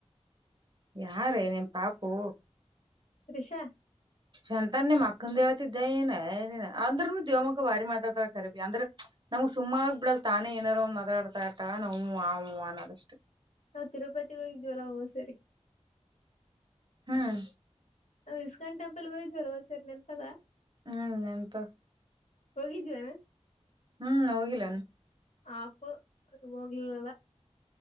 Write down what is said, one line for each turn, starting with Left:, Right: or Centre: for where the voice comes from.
Right: ಯಾರ ನಿಮ್ಮ ಪಾಪು
Left: ರಿಷಾ
Right: ಶಂತನ್ ಮಾಕ್ಕನ್ ದೇವತಿ ದ ಅಂದ್ರನು ದೇವ ಮಕ್ಕ ಬಾರಿ ಮಾಡ್ತತರಖರಬ ಅಂದ್ರೆ ನಮಗ್ಗೆ ಸುಮ್ಮಾಗ ಬಿಡಲ್ ತಾನೇ ಏನಾರ ಒ್ ಮಾತಾಡ್ತಾ ಇರ್ತಾಳ ನ್ ಆ ಅನ್ನೋದಷ್ಟು
Left: ನಾ ತಿರುಪತಿ ಹೋಗಿದ್ವಲ್ಲ ಸರಿ
Right: ಹ್ಮ್
Left: ನಾವು ಇಸ್ಕಾನ್ ಟೆಂಪಲ್ೂ ಇದ್ಲ್ ಸೇರಿೆಂತದ
Right: ಹ್ಮ್ ನೆನಪ
Left: ಹೋಗಿದವಾನ
Right: ಹ್ಮ್ ಹೋಗಿಲ್ಲ
Left: ಆಪು ಹೋಗ್ಲಿಲ್ಲವಲ್ಲ.